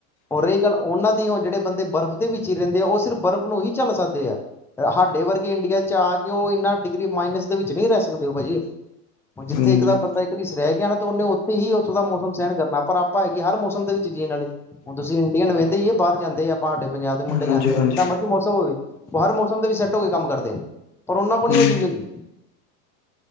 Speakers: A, in the centre; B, on the left.
A: ਔਰ ਰਹੀ ਗੱਲ ਉਹਨਾਂ ਦੀ, ਹੁਨ ਜੇੜੇ ਬੰਦੇ ਬਰਫ਼ ਦੇ ਵਿੱਚ ਹੀ ਰਹਿੰਦੇ ਆ, ਉਹ ਸਿਰਫ ਬਰਫ਼ ਨੂੰ ਹੀ ਚੱਲ ਸਕ ਹਾਡੇ ਵਰਗੇ ਇੰਡੀਆ ਚ ਆ ਕੇ, ਓ ਇਨਾ ਡਿਗਰੀ ਮਾਈਨਸ ਦੇ ਵਿੱਚ ਨਹੀਂ ਰਹਿ ਸਕਦੇ ਉਹ ਭਾਜੀ। ਹੁਣ ਜਿੱਥੇ
B: ਹਾਂਜੀ
A: ਇੱਕ ਤਾਂ ਬੰਦਾ ਇੱਕ ਰੀਸ ਰਹਿ ਗਿਆ ਨਾ ਤੇ ਉਹਨੇ ਉੱਥੇ ਹੀ ਉੱਥੋਂ ਦਾ ਮੌਸਮ ਸਹਿਣ ਕਰਨਾ ਪਰ ਆਪ ਆਪਾਂ ਹੈਗੇ ਹਰ ਮੌਸਮ ਦੇ ਵਿੱਚ ਜੀਨ ਆਲੇ, ਹੁਣ ਤੁਸੀਂ ਇੰਡੀਅਨ ਵੇਂਨਦੇ ਹੀ ਏ ਬਾਹਰ ਜਾਂਦੇ ਆ। ਤੁਹਾਡੇ ਪੰਜਾਬ ਦੇ ਮੁੰਡੇ ਜਾਂਦੇ
B: ਹਾਂਜੀ ਹਾਂਜੀ
A: ਆ, ਜਿੱਦਾਂ ਮਰਜ਼ੀ ਮੌਸਮ ਹੋਵੇ। ਉਹ ਹਰ ਮੌਸਮ ਦੇ ਵਿੱਚ ਸੈੱਟ ਹੋ ਕੇ ਕੰਮ ਕਰਦੇ ਏ, ਪਰ ਉਹਨਾਂ ਕੋਲ
B: ਹਾਂਜੀ
A: ਉਹ ਚੀਜ਼ ਹੁੰਦੀ।